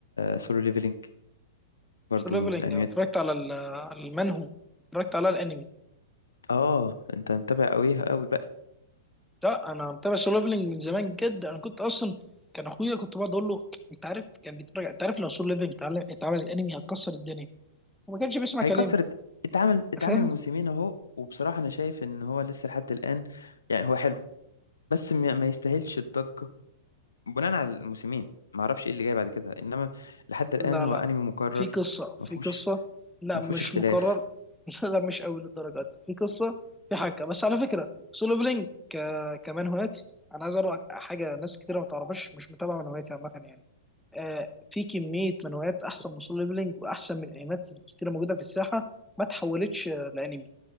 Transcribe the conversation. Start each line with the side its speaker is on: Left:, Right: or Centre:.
Left: سولو ليفلينج برضو
Centre: سو ليفلنج
Left: من الأنميات
Centre: انا اتفرجت على ال- على المنهو اتفرجت على الانمي
Left: اه أنت متابع قوي قوي بقى
Centre: لا انا متابع سو ليفلنج من زمان جدا انا كنت اصلا كان اخويا كنت بقعد اقول له انت عارف كان بيتفرج انت عارف لو سو ليفلنج اتعمل اتعمل انمي هتكسر الدنيا وما كانش بيسمع
Left: هيكسر
Centre: كلامي
Left: الد- اتعمل
Centre: <laughs>
Left: اتعمل
Centre: فاهم
Left: موسمين أهو وبصراحة أنا شايف إن هو لسه لحد الآن يعني هو حلو بس ما ما يستاهلش الضجة بناء على الموسمين ما اعرفش ايه اللي جاي بعد كده انما لحد الان
Centre: لا
Left: هو
Centre: لا
Left: انمي مكرر
Centre: في قصة
Left: ما
Centre: في
Left: فيهوش
Centre: قصة لا
Left: ما
Centre: مش
Left: فيهوش اختلاف
Centre: مكرر <laughs> لا مش قوي للدرجة دي في قصة في حاجة بس على فكرة سولو بلينك ك... كمان هوايات أنا عايز أقول لك حاجة ناس كتيرة ما تعرفش مش متابعة من هواياتي عامة يعني آه في كمية من هوايات أحسن من سولو بلينك وأحسن من أنميات كتيرة موجودة في الساحة ما تحولتش آه، لأنمي